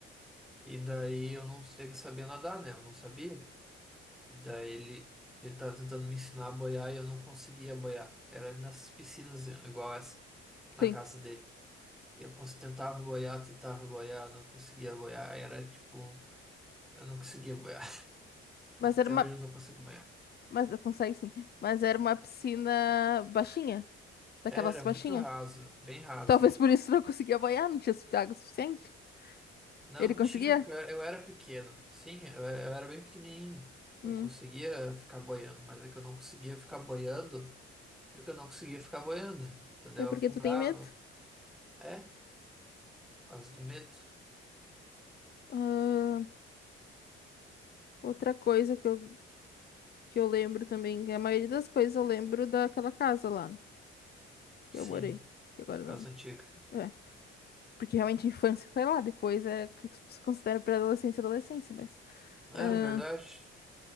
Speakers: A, in the centre; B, on the left.
A: E daí eu não sei, eu sabia nadar, né? Eu não sabia. E daí ele, ele tava tentando me ensinar a boiar e eu não conseguia boiar. Era nas piscinas igual essa, na
B: Sim.
A: casa dele. E eu cons- tentava boiar, tentava boiar, não conseguia boiar. Era tipo. Eu não conseguia boiar. <laughs>
B: Mas
A: Até
B: era uma.
A: hoje eu não consigo boiar.
B: Mas consegue sim. Mas era uma piscina baixinha. Daquelas
A: Era
B: baixinha.
A: muito raso, bem raso.
B: Talvez por isso não conseguia banhar, não tinha su- água suficiente.
A: Não
B: Ele conseguia?
A: tinha, porque eu era eu era pequeno. Sim, eu era eu era bem pequenininho.
B: Hum.
A: Eu conseguia ficar boiando, mas é que eu não conseguia ficar boiando porque eu não conseguia ficar boiando. Entendeu?
B: É porque
A: Eu afundava.
B: tu tem medo.
A: É, por causa do medo.
B: Ah, outra coisa que eu, que eu lembro também, que a maioria das coisas eu lembro daquela casa lá, né? Que
A: Sim,
B: eu morei. Que agora
A: por
B: não.
A: causa antiga.
B: É. Porque realmente a infância foi lá, depois é que se considera pré-adolescência e adolescência, mas.
A: É
B: ah,
A: verdade.